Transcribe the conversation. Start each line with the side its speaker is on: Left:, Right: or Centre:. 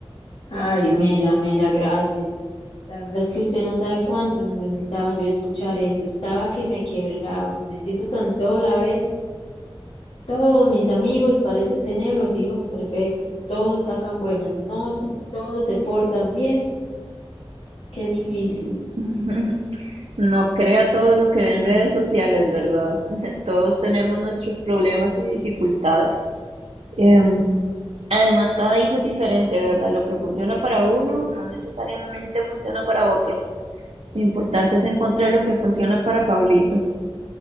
Left: Ay, Mela, Mela, gracias. La verdad es que usted no sabe cuánto necesitaba yo escuchar eso. Estaba que me quebraba. Me siento tan sola a veces. Todos mis amigos parecen tener los hijos perfectos. Todos sacan buenas notas. Todos se portan bien. Qué difícil.
Right: <laughs> No crea todo lo que ve en redes sociales, ¿verdad? <laughs> Todos tenemos nuestros problemas y dificultades. Em, Además, cada hijo es diferente, ¿verdad? Lo que funciona para uno no necesariamente funciona para otro. Lo importante es encontrar lo que funciona para Pablito.